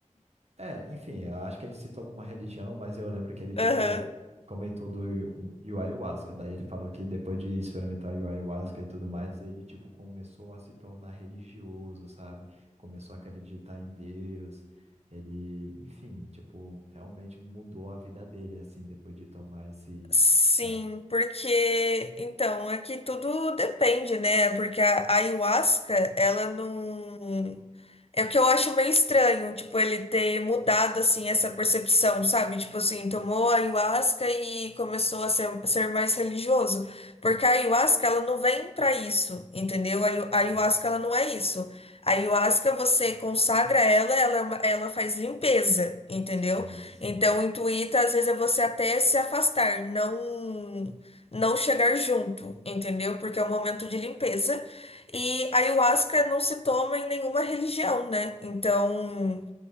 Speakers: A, on the right; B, on the left.
A: É, enfim, eu acho que ele citou alguma religião, mas eu lembro que ele, tipo,
B: Aham.
A: comentou do ayu- o ayahuasca. Daí ele falou que depois de experimentar o ayahuasca e tudo mais, ele, tipo, começou a se tornar religioso, sabe? Começou a acreditar em Deus. Ele, enfim, tipo, realmente mudou a vida dele, assim, depois de tomar esse
B: Sim,
A: chá.
B: porque então aqui tudo depende, né? Porque a a ayahuasca, ela não. É o que eu acho meio estranho, tipo, ele ter mudado assim essa percepção, sabe? Tipo assim, tomou a ayahuasca e começou a ser, ser mais religioso. Porque a ayahuasca, ela não vem pra isso, entendeu? A ayu- a ayahuasca,
A: Aham.
B: ela não é isso. A ayahuasca, você consagra ela, ela, é uma- ela faz limpeza, entendeu?
A: Sim, sim.
B: Então, intuita às vezes é você até se afastar, não não chegar junto, entendeu? Porque é um momento de limpeza. E a ayahuasca não se toma em nenhuma religião, né? Então,